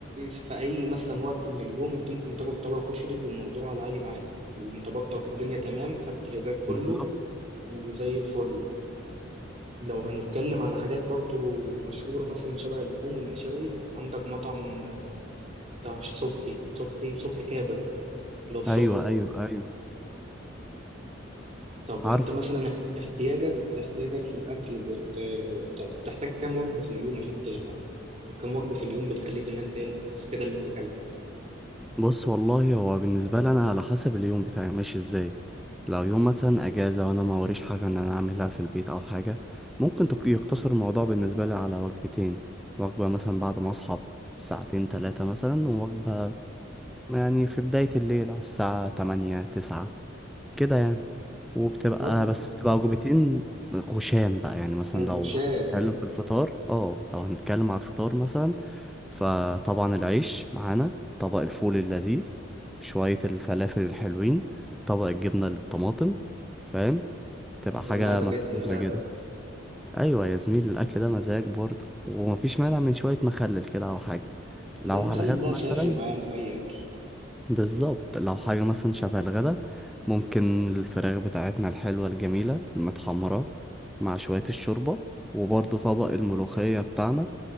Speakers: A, on the right; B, in the centre.
A: في اي مثلا وقت من اليوم انت ممكن تاكل طبق كشري والموضوع على العادي معاك انت بطنك الدنيا تمام خدت غذاك كله
B: بالظبط
A: وزي الفل لو هنتكلم عن حاجات برضو مشهورة مثلا شبه اللحوم والمشاوي عندك مطعم بتاع صبحي صبحي صبحي كابر اللي هو في
B: ايوه
A: شبرا
B: ايوه ايوه
A: طب
B: عارف
A: انت مثلا احت- احتياجك احتياجك في الاكل بت... بت- بتحتاج كام وجبه في اليوم عشان تشبع وكم وجبه في اليوم بتخليك اللي انت ايه، انت حاسس كده اللي انت اكلت
B: بص والله هو بالنسبة لي انا على حسب اليوم بتاعي ماشي ازاي لو يوم مثلا اجازة وانا ما وريش حاجة ان انا اعملها في البيت او حاجة ممكن تق- يقتصر الموضوع بالنسبة لي على وجبتين وجبة مثلا بعد ما اصحى ساعتين تلاتة مثلا ووجبة يعني في بداية الليل على الساعة تمانية تسعة كده يعني وبتبقى
A: وجبه
B: بس بتبقى وجبتين خشام بقى يعني مثلا
A: وشام
B: لو هنتكلم في الفطار اه لو هنتكلم على الفطار مثلا فطبعا العيش معانا طبق الفول اللذيذ شوية الفلافل الحلوين طبق الجبنة اللي بالطماطم فاهم تبقى
A: يا
B: حاجة
A: لعبك
B: مدفوسة
A: انت يا لعبك
B: كده أيوة يا زميلي الأكل ده مزاج برضه ومفيش مانع من شوية مخلل كده أو حاجة لو
A: ده المخلل
B: على الغدا
A: ده اساسي
B: مثلا
A: معانا في اي اكل
B: بالظبط لو حاجة مثلا شبه الغدا ممكن الفراخ بتاعتنا الحلوة الجميلة المتحمرة مع شوية الشوربة وبرضه طبق الملوخية بتاعنا